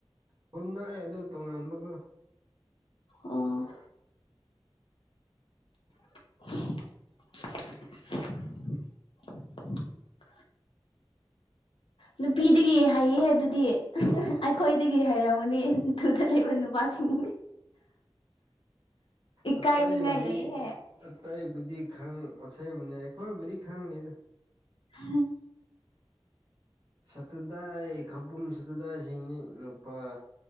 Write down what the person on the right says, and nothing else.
ꯈꯨꯟ ꯂꯥꯛꯑꯦ ꯑꯗꯨ ꯇꯣꯉꯥꯟꯕꯀꯣ
ꯑꯇꯩꯕꯨꯗꯤ
ꯑꯇꯩꯕꯨꯗꯤ ꯈꯪ ꯑꯁꯦꯡꯕꯅꯦ ꯑꯩꯈꯣꯏꯕꯨꯗꯤ ꯈꯪꯗꯦꯗ
ꯁꯠꯇꯨꯗꯥꯏ ꯈꯕꯨꯝ ꯁꯠꯇꯨꯗꯥꯏꯁꯤꯡ ꯅꯨꯄꯥ